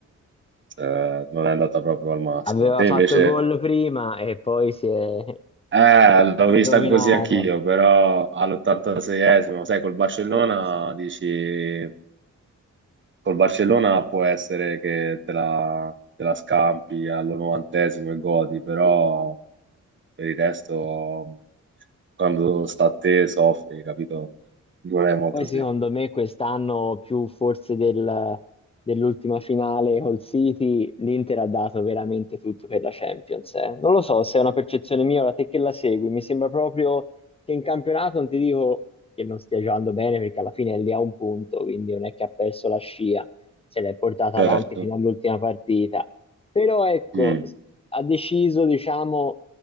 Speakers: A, on the right; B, on the left.
A: eh, non è andata proprio al massimo.
B: Aveva
A: Te
B: fatto
A: invece,
B: Brutto gol gol. prima e poi si è, si
A: eh, l'ho
B: è
A: vista
B: Ha vinto. rovinato.
A: così anch'io, però all'86esimo, sai, col Barcellona
B: Eh, sì.
A: dici, col Barcellona può essere che te la, te la scampi all'90esimo e godi, però per il resto... quando sta a te soffri, capito? Non è molto
B: Poi secondo
A: semplice.
B: me quest'anno più forse del- dell'ultima finale col City, l'Inter ha dato veramente tutto per la Champions. eh. Non lo so se è una percezione mia, ora te che la segui, mi sembra proprio che in campionato non ti dico che non stia giocando bene perché alla fine è lì a un punto, quindi non è che ha perso la scia, se l'è portata
A: Certo.
B: avanti fino all'ultima partita. Però ecco,
A: Mm.
B: s- ha deciso, diciamo